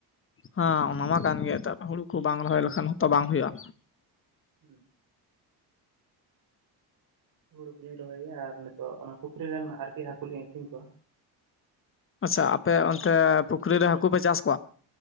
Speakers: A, on the left; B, on the right.
A: ᱦᱮᱸ ᱚᱱᱟ ᱢᱟ ᱠᱟᱱ ᱜᱮᱭᱟ ᱦᱩᱲᱩ ᱠᱚ ᱵᱟᱝ ᱨᱚᱦᱚᱭ ᱞᱮᱠᱷᱟᱱ ᱦᱚᱸᱛᱚ ᱵᱟᱝ ᱦᱩᱭᱩᱜᱼᱟ᱾
B: ᱦᱩᱸ ᱦᱩᱲᱩ ᱠᱚᱞᱤᱧ ᱨᱚᱦᱚᱭᱮᱭᱟ ᱟᱨ ᱱᱤᱛᱚᱜ ᱚᱱᱟ ᱯᱩᱠᱷᱨᱤ ᱨᱮᱱ ᱟᱨᱠᱤ ᱦᱟᱹᱠᱩ ᱞᱤᱧ ᱟᱠᱷᱨᱤᱧ ᱠᱚᱣᱟ᱾
A: ᱟᱪᱪᱷᱟ ᱟᱯᱮ ᱚᱱᱛᱮ ᱯᱩᱠᱷᱨᱤ ᱨᱮ ᱦᱟᱠᱩ ᱯᱮ ᱪᱟᱥ ᱠᱚᱣᱟ᱾